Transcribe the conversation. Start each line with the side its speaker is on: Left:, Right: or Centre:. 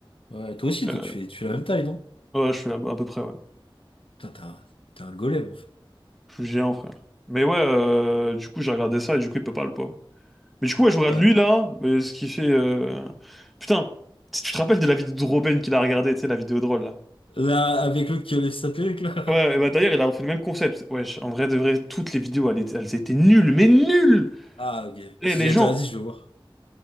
Left: ouais, toi aussi,
Centre: vois.
Left: toi,
Centre: Euh,
Left: tu fais, tu fais la même taille, non?
Centre: ouais, je suis là, à peu près, ouais.
Left: Putain, t'es un, t'es un golem, en fait.
Centre: Je suis géant, frère. Mais ouais, euh, du coup, j'ai regardé ça et du coup, il peut pas, le pauvre. Mais du coup, ouais, je regarde
Left: Ouais.
Centre: lui là, mais ce qui fait. euh, Putain, si tu te rappelles de la vidéo de Robin qu'il a regardé, tu sais, la vidéo drôle là.
Left: Là, avec l'autre qui enlève sa perruque, là.
Centre: Ouais, bah d'ailleurs, il a refait le même concept. Wesh, en vrai de vrai, toutes les vidéos, elles, étaient elles étaient nulles, mais nulles!
Left: Ah, ok.
Centre: Et
Left: Parce
Centre: les
Left: que j'allais
Centre: gens,
Left: dire, vas-y, je vais voir.